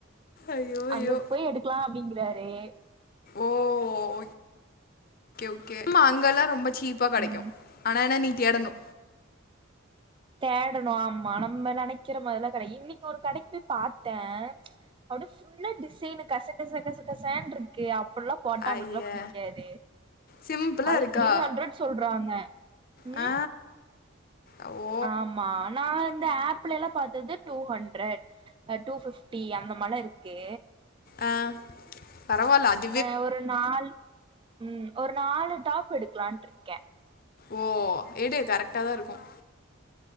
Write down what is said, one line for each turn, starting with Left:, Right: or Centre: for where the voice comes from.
Left: ஐயோ
Right: அங்கு
Left: ஐயோ
Right: போய் எடுக்கலா அப்டிங்கிறாரே
Left: ஓ ஓய் கே ஓகே அம்மா அங்கல்லாம் ரொம்ப ச்சீப்பா படைக்கு
Right: ம்
Left: ஆனா என்ன நீ தேடனு
Right: தேடணு ஆமா நம்ம நெனக்கிற மாரில்லா கடை இன்னிக் ஒரு கடைக் போய் பாத்தே அட சிம்ளர் டிசைனு கச கச கச கசன்ட்டுருக்கு கே அப்பல்லாம் போட்டா அவங்களுக்குல்லா
Left: ஐய
Right: புடிக்காது
Left: சிம்பிளாக
Right: அது
Left: இருக்கா
Right: த்ரீ ஹண்ட்ரட் சொல்றாங்க ம்
Left: ஆ ஓ
Right: ஆமா அனா இந்த ஆப்ல எல்லாம் பாத்தது டூ ஹண்ட்ரட் டூ ஃபிப்டி அந்த மலாம் இருக்கு
Left: ஆ பரவாயில்ல அ
Right: அ ஒரு நால் ம் ஒரு நாலு டாப் எடுக்கலான்ட்டு இருக்கேன்
Left: ஓ எடு கரெக்டா தான் இருக்கும்